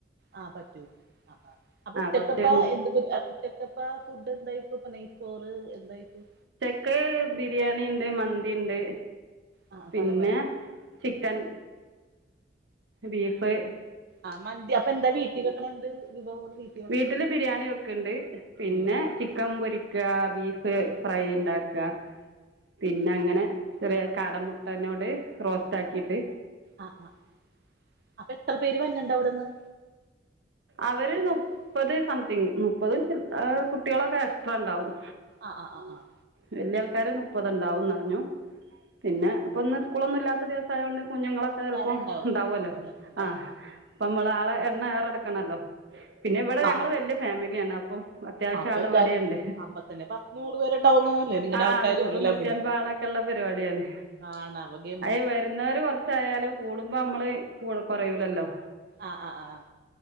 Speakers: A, on the right (about 60°); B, on the right (about 75°).
A: ആഹ് പറ്റും ആഹ് ആഹ് അപ്പൊ ഉച്ചക്കപ്പൊ
B: കുറച്ച്
A: എന്ത് ഉച്ചക്കപ്പൊ ഫുഡ് എന്തയ്ക്കും നെയ് ചോറ് എന്തായ്ക്കും
B: ഉച്ചക്ക് ബിരിയാണിണ്ട് മന്തിണ്ട്
A: ആ ആ,
B: പിന്നെ
A: പല പല
B: ചിക്കൻ ബീഫ്
A: ആഹ് മന്തി അപ്പൊ എന്താ വീട്ടിൽ വെക്കണ എന്ത് വിഭവാണ് വീട്ടി
B: വീട്ടില് ബിരിയാണി വെക്ക്ണ്ട് പിന്നെ
A: വെക്കണ
B: ചിക്കൻ പൊരി ക്ക ബീഫ് ഫ്രൈ ഇണ്ടാക്ക പിന്നെ അങ്ങനെ ചെറിയ കാട മുട്ടനോട് റോസ്റ്റ് ആക്കീട്ട്
A: ആഹ് ആഹ് അപ്പൊ എത്ര പേര് വര്ന്ണ്ട് അവിടെന്ന്
B: അവര്
A: ചെക്കന്റെ
B: നുപ്പത്
A: വീ
B: സംതിങ് ഉം മുപ്പതും ചില്ല ഏഹ് കുട്ടികളൊക്കെ എക്സ്ട്രാ ണ്ടാവും
A: ആഹ് ആഹ് ആഹ് ആഹ്
B: വല്യ ആൾക്കാര് നുപ്പത് ഇണ്ടാവുംന്നറഞ്ഞു പിന്നെ ഇപ്പൊ ഇന്ന് സ്കൂളൊന്നും സ്കൂളൊന്നും ഇല്ലാത്ത ദിവസായോണ്ട് കുഞ്ഞുങ്ങളൊക്കെ ചെൽപ്പോ
A: പിള്ളേരുണ്ടാവും
B: ണ്ടാവോല്ലോ
A: ആ പിള്ളേരുണ്ടാവും
B: ആഹ്
A: ആ
B: അപ്പമ്മള് ആളെ എണ്ണം ഏറെട്ക്കണല്ലോ പിന്നെ ഇവിടെ ഞങ്ങള്
A: ആ ആ
B: വല്യ ഫാമിലിയാണ് അ അപ്പൊ അത്യാവശ്യം
A: അപ്പൊ
B: ആള്
A: എല്ലാരും
B: ഇവടീണ്ട്
A: ഉണ്ട് അപ്പൊ തന്നെ പത്ത് നൂറ് പേരുണ്ടാവുന്നല്ലേ നിങ്ങടെ
B: ആഹ്
A: ആൾക്കാരും
B: നൂറ്
A: എല്ലാം
B: നൂറ്റൻപത്
A: കൂടി
B: ആള് ക്കെള്ള പരിവാടിയാണ്
A: <unintelligible>
B: അയ്ന് വരുന്നവര് കൊറച്ചായാലും കൂടുമ്പോ അമ്മള് കുറയൂലല്ലോ
A: ആഹ് ആഹ് ആഹ്